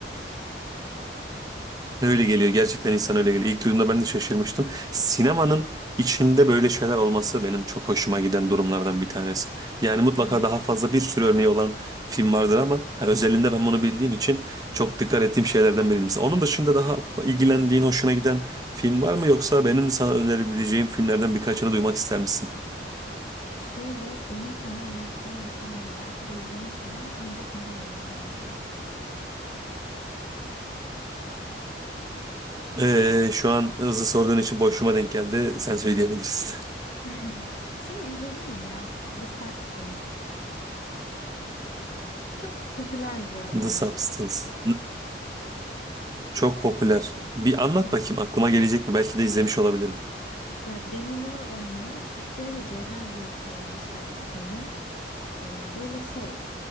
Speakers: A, on the right (about 20°); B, on the left (about 45°).
A: Öyle geliyor. Gerçekten insan öyle geliyor. İlk duyduğumda ben de şaşırmıştım. Sinemanın içinde böyle şeyler olması benim çok hoşuma giden durumlardan bir tanesi. Yani mutlaka
B: Evet.
A: daha fazla bir sürü örneği olan film vardır ama ha, özelinde ben bunu bildiğim için çok dikkat ettiğim şeylerden biriydi. Mesela onun dışında daha ilgilendiğin, hoşuna giden film var mı? Yoksa benim sana önerebileceğim filmlerden birkaçını duymak ister misin?
B: Şöyle benim sana önereceğim bir film var. Belki de izlemişsindir ama önce senin önerini duyayım.
A: Ee, şu an hızlı sorduğun için boşluğuma denk geldi. Sen söyleyebilirsin.
B: <laughs> Şey izledin mi ya? The Substance. Çok popüler bu aralar.
A: <laughs> The Substance. Çok popüler. Bir anlat
B: Hı hı.
A: bakayım aklıma gelecek mi? Belki de izlemiş olabilirim.
B: Ya Demi Moore oynuyor. Türkçe'ye de Cevher diye çevirmişler ismini. Ee, böyle şey,